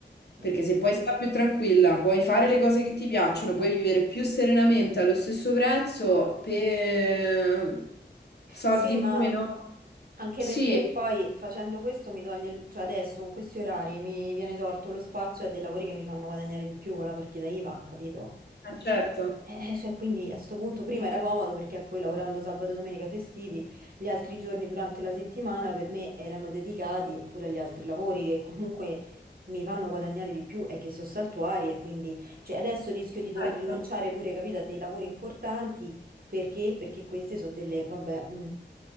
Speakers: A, on the left; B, on the right.
A: perché
B: mm.
A: se puoi stare più tranquilla, puoi fare le cose che ti piacciono, puoi vivere più serenamente allo stesso prezzo per soldi
B: Sì,
A: in
B: ma
A: meno,
B: anche
A: sì,
B: perché
A: eh,
B: poi facendo questo mi toglie, il- cioè adesso con questi orari mi viene tolto lo spazio a dei lavori che mi fanno guadagnare di più con la partita IVA, capito?
A: certo.
B: Eh, eh, cioè, quindi a sto punto prima era comodo perché a cui lavorando sabato e domenica festivi, gli altri giorni durante la settimana per me erano dedicati pure agli altri lavori che comunque mi fanno guadagnare di più e che sono saltuari e quindi cioè, adesso rischio di dover
A: Certo.
B: rinunciare pure, capito, a dei lavori importanti perché? Perché queste sono delle, vabbè, mm,